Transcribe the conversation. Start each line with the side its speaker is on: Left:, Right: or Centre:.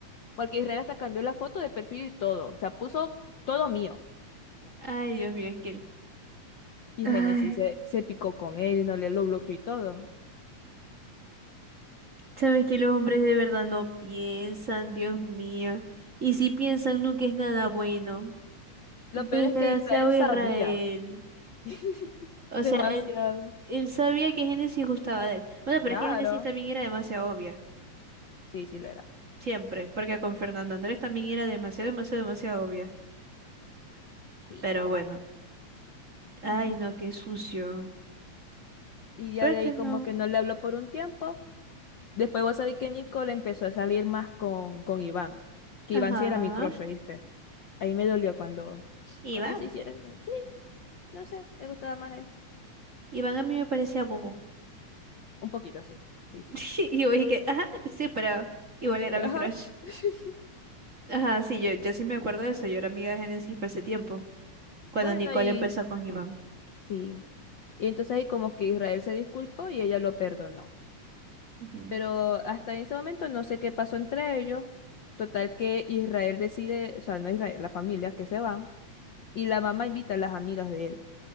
Left: Porque Israel hasta cambió la foto de perfil y todo. O sea, puso todo mío.
Right: Ay, Dios mío, es que... le-
Left: Y
Right: Ay,
Left: Génesis se, se picó con él y no le lo bloqueó y todo.
Right: sabes que los hombres de verdad no piensan, Dios mío. Y si piensan, nunca es nada bueno.
Left: Lo
Right: Desgraciado
Left: peor es que Israel sabía
Right: Israel.
Left: <laughs>
Right: O
Left: demasiado.
Right: sea, él, él sabía que Génesis gustaba de él. Bueno, pero
Left: Claro.
Right: es que Génesis también era demasiado obvia.
Left: Sí, sí lo era.
Right: Siempre. Porque con Fernando Andrés también era demasiado, demasiado, demasiado obvia.
Left: Sí.
Right: Pero bueno. Ay,
Left: <laughs>
Right: no, qué sucio.
Left: Y ya
Right: Pero
Left: de ahí
Right: yo no.
Left: como que no le habló por un tiempo. Después vos sabés que Nicole empezó a salir más con, con Iván. Que
Right: Ajá.
Left: Iván sí era mi crush, ¿oíste? Ahí me dolió cuando,
Right: Iván.
Left: cuando se hicieron. Sí, no sé, me gustaba más él.
Right: Iván a mí me parecía bobo.
Left: Un poquito, sí. Sí, sí.
Right: <laughs> Y yo dije, ajá, sí, pero igual era
Left: Pero,
Right: mi
Left: ajá.
Right: crush.
Left: <laughs>
Right: Ajá, sí, yo, yo sí me acuerdo de eso. Yo era amiga de Génesis para ese tiempo. Cuando
Left: Bueno,
Right: Nicole
Left: y
Right: empezó con Iván.
Left: Sí. Y entonces ahí como que Israel se disculpó y ella lo perdonó.
Right: Ujú.
Left: Pero hasta ese momento no sé qué pasó entre ellos. Total que Israel decide, o sea, no Israel, la familia que se van. Y la mamá invita a las amigas de él.